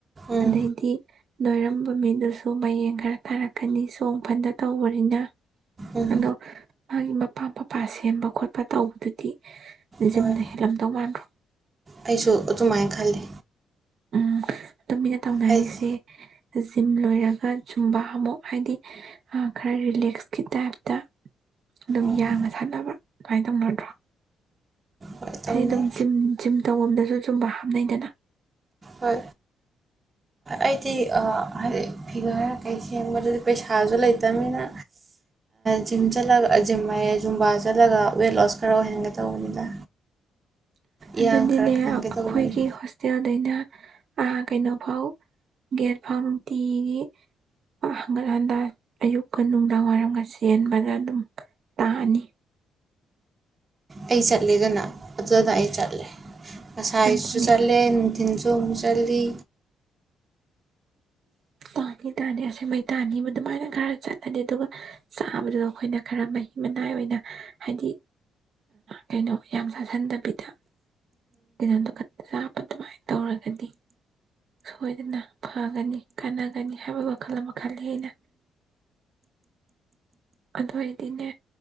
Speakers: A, on the right (about 30°); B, on the right (about 60°).
A: ꯎꯝ
B: ꯑꯗꯩꯗꯤ ꯅꯣꯏꯔꯝꯕ ꯃꯤꯗꯨꯁꯨ ꯃꯌꯦꯡ ꯈꯔ ꯊꯥꯔꯛꯀꯅꯤ ꯆꯣꯡ ꯐꯟꯗ ꯇꯧꯕꯅꯤꯅ
A: ꯎꯝ
B: ꯑꯗꯣ ꯍꯥꯏ ꯃ ꯑꯄꯥꯝ ꯑꯄꯥ ꯁꯦꯝꯕ ꯈꯣꯠꯄ ꯇꯧꯕꯗꯨꯗꯤ ꯖꯤꯝꯅ
A: ꯍꯣꯏ
B: ꯍꯦꯜꯂꯝꯗꯧ ꯃꯥꯟꯗ꯭ꯔꯣ
A: ꯑꯩꯁꯨ ꯑꯗꯨꯃꯥꯏꯅ ꯈꯜꯂꯤ
B: ꯎꯝ ꯇꯨꯃꯤꯟꯅ ꯇꯧꯅꯔꯤꯁꯦ
A: ꯍꯥꯏꯗꯤ
B: ꯖꯤꯝ ꯂꯣꯏꯔꯒ ꯆꯨꯝꯕ ꯑꯃꯨꯛ ꯍꯥꯏꯗꯤ ꯈꯔ ꯔꯤꯂꯦꯛꯁꯀꯤ ꯇꯥꯏꯞꯇ ꯑꯗꯨꯝ
A: ꯎꯝ
B: ꯌꯥꯡꯅ ꯁꯥꯟꯅꯕ ꯑꯗꯨꯃꯥꯏꯅ ꯇꯧꯅꯗ꯭ꯔꯣ
A: ꯍꯣꯏ ꯇꯧꯅꯩ
B: ꯑꯩ ꯑꯗꯨꯝ ꯖꯤꯝ ꯖꯤꯝ ꯇꯧꯕꯗꯁꯨ ꯁꯨꯝꯕ ꯍꯥꯞꯅꯩꯗꯅ
A: ꯍꯣꯏ ꯑꯩꯗꯤ ꯍꯥꯏꯗꯤ ꯐꯤꯒꯔ ꯀꯩ ꯁꯦꯝꯦꯡꯕꯗꯨꯗꯤ ꯄꯩꯁꯥꯁꯨ ꯂꯩꯇꯕꯅꯤꯅ ꯖꯤꯝ ꯆꯠꯂꯒ ꯖꯤꯝ ꯖꯨꯝꯕꯥ ꯆꯠꯂꯒ ꯋꯦꯠ ꯂꯣꯁ ꯈꯔ ꯑꯣꯏꯍꯟꯒ ꯇꯧꯕꯅꯤꯗ ꯏꯌꯥꯡ
B: ꯑꯗꯨꯗꯤꯅꯦ
A: ꯈꯔ ꯀꯪꯍꯟꯒꯦ
B: ꯑꯩꯈꯣꯏꯒꯤ
A: ꯇꯧꯕꯅꯤ
B: ꯍꯣꯁꯇꯦꯜꯗꯩꯅ ꯀꯩꯅꯣ ꯐꯥꯎ ꯒꯦꯠ ꯐꯥꯎ ꯅꯨꯡꯇꯤꯒꯤ ꯍꯟꯒꯠ ꯍꯟꯗꯥ ꯑꯌꯨꯛꯀ ꯅꯨꯡꯗꯥꯡꯋꯥꯏꯔꯝꯒ ꯆꯦꯟꯕꯗ ꯑꯗꯨꯝ ꯇꯥꯑꯅꯤ
A: ꯑꯩ ꯆꯠꯂꯦꯒꯅ ꯑꯗꯨꯗ ꯑꯩ ꯆꯠꯂꯦ ꯉꯁꯥꯏꯖꯁꯨ
B: ꯑꯗꯨꯅꯦ
A: ꯆꯠꯂꯦ ꯅꯨꯡꯊꯤꯟꯁꯨ ꯊꯨꯝ ꯆꯜꯂꯤ
B: ꯇꯥꯅꯤ ꯇꯥꯅꯤ ꯑꯁꯦꯡ ꯃꯩ ꯇꯥꯅꯤꯕ ꯑꯗꯨꯃꯥꯏꯅ ꯈꯔ ꯆꯠꯂꯅꯤ ꯑꯗꯨꯒ ꯆꯥꯕꯗꯨꯗ ꯑꯩꯈꯣꯏꯅ ꯈꯔ ꯃꯍꯤ ꯃꯅꯥꯏ ꯑꯣꯏꯅ ꯍꯥꯏꯗꯤ ꯀꯩꯅꯣ ꯌꯥꯝ ꯆꯥꯥꯁꯟꯗꯕ ꯄꯗ ꯏ ꯀ ꯑꯗꯨꯃꯥꯏꯅ ꯇꯧꯔꯒꯗꯤ ꯁꯣꯏꯗꯅ ꯐꯒꯅꯤ ꯀꯥꯟꯅꯒꯅꯤ ꯍꯥꯏꯕ ꯋꯥꯈꯜ ꯑꯃ ꯈꯜꯂꯤ ꯑꯩꯅ ꯑꯗꯨ ꯑꯣꯏꯗꯤꯅꯦ